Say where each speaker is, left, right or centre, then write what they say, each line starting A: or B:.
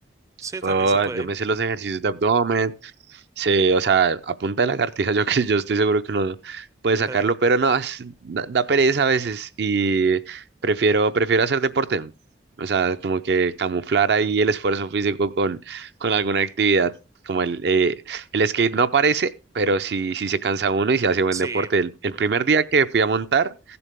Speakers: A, on the right; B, on the right.
A: sí,
B: Puedo-
A: también se puede.
B: yo me sé los ejercicios de abdomen, Sí, o sea, a punta de lagartija, <laughs> yo que yo estoy seguro que uno puede
A: <laughs>
B: sacarlo, pero no, es- da, da pereza a veces y prefiero, prefiero hacer deporte. O sea, como que camuflar ahí el esfuerzo físico con, con alguna actividad. Como el, eh, el skate no parece, pero sí, sí se cansa uno y se hace buen
A: Sí,
B: deporte. El, el primer día que fui a montar,